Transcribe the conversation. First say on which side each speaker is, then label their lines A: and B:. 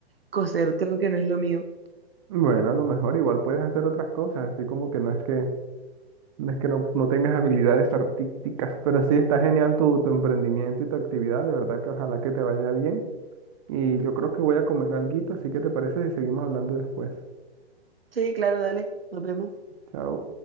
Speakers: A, on the right; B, on the right.
A: Coser creo que no es lo mío.
B: bueno, a lo mejor igual puedes hacer otras cosas, así como que no es que, no es que no, no tengas habilidades artísticas, pero sí está genial tu, tu emprendimiento y tu actividad, de verdad que ojalá que te vaya bien. Y yo creo que voy a comer alguito, así que ¿te parece si seguimos hablando después?
A: Sí, claro, dale, nos vemos.
B: Chao.